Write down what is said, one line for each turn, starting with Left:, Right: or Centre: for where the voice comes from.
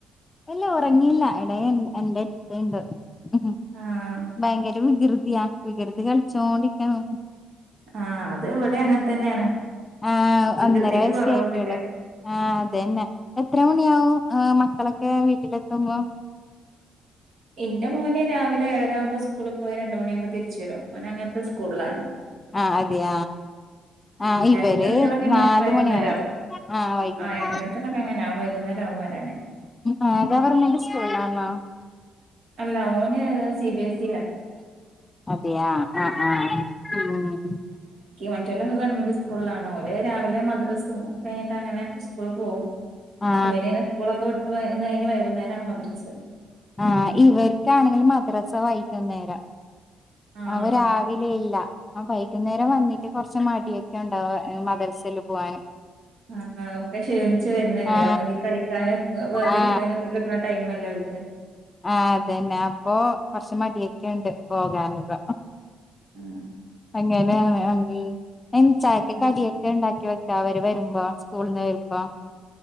Left: ഇല്ല ഒറങ്ങിയില്ല ഇട എന്റെ എന്റെട്ത്ത്ണ്ട് ഉം
Right: ആഹ്
Left: ഭയങ്കര വികൃതിയാ വികൃതി കളിച്ചോണ്ടിരിക്കാണ്
Right: ആഹ് അത് ഇവിടെ അങ്ങനെ തന്നെയാണ്
Left: ആ
Right: വികൃതിയൊക്കെ
Left: ഒന്നര വയസേ
Right: കൊറവൊന്നുല്ല
Left: ആയിട്ടോള്ളൂ ആ അതന്നെ എത്ര മണിയാവും മക്ക ക്കള് ഒക്കെ വീട്ടിലെത്തുമ്പോ
Right: എന്റെ മോന് രാവിലെ ഏഴര ആകുമ്പോ സ്കൂളി പോയി രണ്ട് മണിയാവുമ്പോ തിരിച്ച് വരും ഓന് അങ്ങനത്തെ സ്കൂളിലാണ്
Left: ആ അതെയ ആ ഇവര്
Right: ഏട്ടന്റെ കുട്ടികളൊക്കെന്നെ
Left: നാലുമണിയാണ്
Right: വൈകുന്നേരാവും
Left: ആ വൈകുനേരം
Right: ഏട്ടന്റെ കുട്ടികളൊക്കെ അങ്ങനാവും വൈകുന്നേരാവും വരാന്
Left: ആ ഗവർമെന്റ് സ്കൂളിലാന്നൊ
Right: അല്ല ഓന് സി ബി എസി ലാ
Left: അതെയാ ആഹ് ആഹ് ഉം
Right: മറ്റൊലൊക്കെ ഗവൺമെന്റ് സ്കൂളിലാണ് ഓല് രാവിലെ മദ്രസും ഒക്കെ കഴിഞ്ഞട്ട് അങ്ങനെ സ്കൂളില് പോവും
Left: ആ
Right: ഇവന്നെ സ്കൂളൊക്കെ വിട്ടു വ ഇന്ന് കഴിഞ് വൈകുന്നേരാണ് മദ്രസ്
Left: ആ ഇവർക്കാണെങ്കിലും മദ്രസ വൈകുന്നേര അ
Right: ആഹ്
Left: അവ രാവിലെ ഇല്ല ആ വൈകുന്നേരം വന്നിട്ട് കൊറച്ച് മടിയൊക്കെ ഉണ്ടാവ മദ്രസിൽ പോവാന്
Right: ആ ഒക്കെ ക്ഷീണിച്ച് വരുന്നല്ലേ
Left: ആ
Right: ഒന്നെങ്കിൽ കളിക്കാനും വെറുതെരിക്കാനും
Left: ആ
Right: ഒക്കെ കിട്ടുന്ന ടൈം അല്ലേ ഓൽ ക്ക്‌
Left: ആ അതന്നെ അപ്പൊ കൊറച്ച് മടിയൊക്കെഒണ്ട് പോകാനൊള്ള
Right: ആ
Left: ഇങ്ങനെയാണ് അങ്കിൾ മെഞ്ചായക്ക്‌
Right: ആഹ്
Left: കടിയൊക്കെ ഉണ്ടാക്കി വ അവര് വരുമ്പോ സ്കൂളിന്ന് വരുമ്പോ